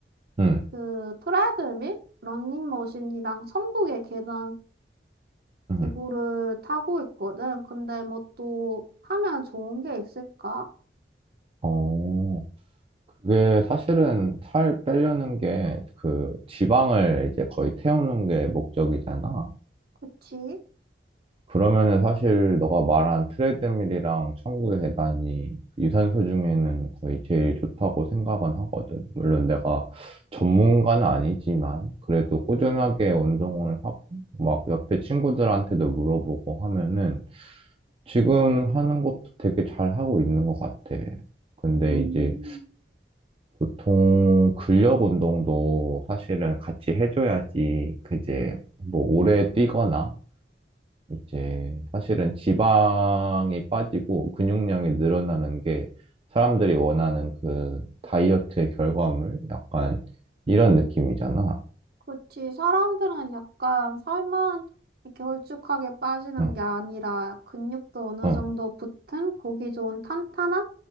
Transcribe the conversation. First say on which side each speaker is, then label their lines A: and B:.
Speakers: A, on the right; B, on the right.
A: 응,
B: 그 트레드밀, 러닝머신이랑 천국의 계단
A: 응.
B: 기구를 타고 있거든. 근데 뭐 또 하면 좋은 게 있을까?
A: 어, 그게 사실은 살 빼려는 게 그 지방을 이제 거의 태우는 게 목적이잖아.
B: 그치?
A: 그러면은 사실 너가 말한 트레드밀이랑 천구 계단이 유산소 중에는 거의 제일 좋다고 생각은 하거든. 물론 내가 전문가는 아니지만 그래도 꾸준하게 운동을 하고 막 옆에 친구들한테도 물어보고 하면은 지금 하는 것도 되게 잘 하고 있는 것 같아. 근데
B: 음.
A: 이제 보통 근력 운동도 사실은 같이 해줘야지 그제 뭐 오래 뛰거나 이제 사실은 지방이 빠지고 근육량이 늘어나는 게 사람들이 원하는 그 다이어트의 결과물? 약간 이런 느낌이잖아.
B: 그렇지. 사람들은 약간 살만 이렇게 홀쭉하게 빠지는
A: 응,
B: 게 아니라 근육도 어느
A: 응,
B: 정도 붙은 보기 좋은 탄탄한